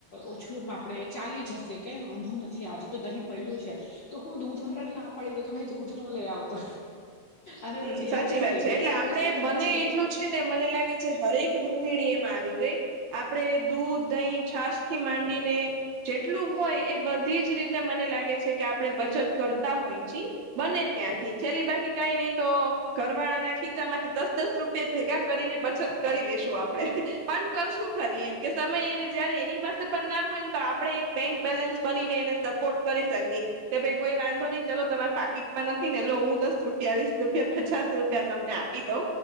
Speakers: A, on the left (about 75°); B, on the right (about 60°).
A: ઓછું આપડે ચાલી જશે કઈ વાંધો નથી આજે તો દહીં પયડુ છે. તો હું દૂધ વાળા ને ના પાડી દઉ કે ભાઈ દૂધ ન લે આવતો અને
B: હમ્મ
A: પછી
B: સાચી
A: એ પૈસા
B: વાત
A: એ
B: છે
A: દિવસના
B: એટલે આપડે
A: પૈસા તો
B: બને
A: બચી ગયા
B: એટલું જ છે ને મને લાગે છે હરેક ગૃહિણી એમાં આવી ગઈ આપણેે દૂધ દહીં છાશ થી માંડીને જેટલું હોય એ બધી જ રીતે મને લાગે છે કે આપણે બચત કરતા હોય ચી બને ત્યાંથી છેલ્લી બાકી કઈ નઈ તો ઘરવાળા ના ખીચા માંથી દસ દસ રૂપિયા ભેગા કરીને બચત કરી લેશું આપડે. પણ કરશું ખરી એમ કે સમય એ જયારે એની પાસે પણ ના હોય ને તો આપણેે એક બેંક બેલેન્સ બનીને એને સપોર્ટ કરી શકીએ કે ભાઈ કોઈ વાંધો નહી ચાલો તમારા પાકીટમાં નથી ને લો હું દસ રૂપિયા વીસ રૂપિયા પચાસ રૂપિયા તમને આપી દઉ.